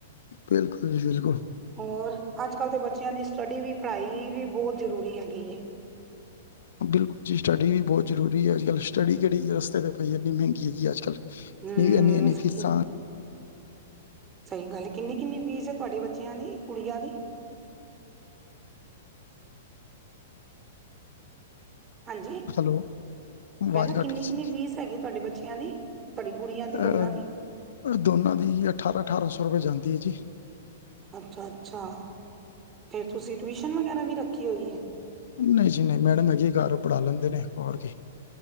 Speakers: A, on the left; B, on the right.
A: ਬਿਲਕੁਲ ਜੀ ਬਿਲਕੁਲ‌।
B: ਔਰ ਅੱਜ-ਕੱਲ੍ਹ ਤੇ ਬੱਚਿਆਂ ਦੀ ਸਟੱਡੀ ਵੀ ਪੜ੍ਹਾਈ ਵੀ ਬੋਤ ਜ਼ਰੂਰੀ ਹੈਗੀ ਏ। <unintelligible> <inaudible>
A: ਬਿਲਕੁਲ ਜੀ ਸਟੱਡੀ ਵੀ ਬੋਤ ਜ਼ਰੂਰੀ ਏ ਅੱਜ-ਕੱਲ੍ਹ ਸਟੱਡੀ ਕੇੜੀ ਰਸਤੇ ਤੇ ਪਈ ਏ ਏਨੀ ਮੇੰਗੀ ਹੈਗੀ ਆ ਅੱਜ-ਕੱਲ੍ਹ।
B: ਹਮ
A: ਨੀਗ ਏਨੀ-ਏਨੀ
B: ਸਹੀ
A: ਫੀਸਾਂ
B: ਸਹੀ ਗੱਲ ਏ ਕਿੰਨੀ-ਕਿੰਨੀ ਫੀਸ ਏ ਤੁਹਾਡੇ ਬੱਚਿਆਂ ਦੀ ਕੁੜੀਆਂ ਦੀ? ਹਾਂਜੀ
A: ਹੈਲੋ, ਆਵਾਜ਼
B: ਮੈਂ ਕੇਹਾ
A: ਕੱਟ
B: ਕਿੰਨੀ-ਕਿੰਨੀ
A: ਗਈ ਸੀ।
B: ਫੀਸ ਹੈਗੀ ਤੁਹਾਡੇ ਬੱਚਿਆਂ ਦੀ ਤੁਹਾਡੀ ਗੁੜੀਆਂ ਦੀ
A: ਅ
B: ਦੋਨਾਂ ਦੀ
A: ਦੋਨਾਂ ਦੀ ਅਠਾਰਾਂ-ਅਠਾਰਾਂ ਸੌ ਰੁਪਏ ਜਾਂਦੀ ਏ ਜੀ।
B: ਅੱਛਾ-ਅੱਛਾ ਫਿਰ ਤੁਸੀਂ ਟਿਊਸ਼ਨ ਵਗੈਰਾ ਵੀ ਰੱਖੀ ਹੋਈ ਏ।
A: ਨਈ ਜੀ ਨਈ ਮੈਡਮ ਹੈਗੇ ਕਾਰ ਓ ਪੜ੍ਹਾ ਲੈਂਦੇ ਨੇ ਹੋਰ ਕਿ